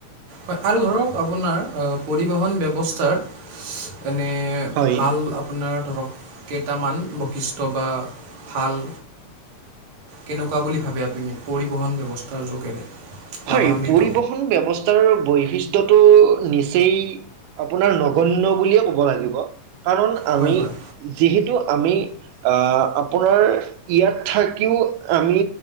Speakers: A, on the right; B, on the right.
A: হয় আৰু ধৰক আপোনাৰ পৰিবহণ ব্যৱস্থাৰ এনে
B: হয়।
A: ভাল আপোনাৰ ধৰক কেইটামান বৈশিষ্ট্য বা ভাল কেনেকুৱা বুলি ভাবে আপুনি পৰিবহন ব্যৱস্থাৰ যোগেৰে। লাভান্বিত
B: হয় পৰিবহন ব্যৱস্থাৰ ব বৈশিষ্টয়টো নিচেই আপোনাৰ নগনয় বুলিয়ে ক'ব লাগিব। কাৰণ আমি
A: হয় হয়
B: যিহেতু আমি আপোনাৰ ইয়াত থাকিও আমি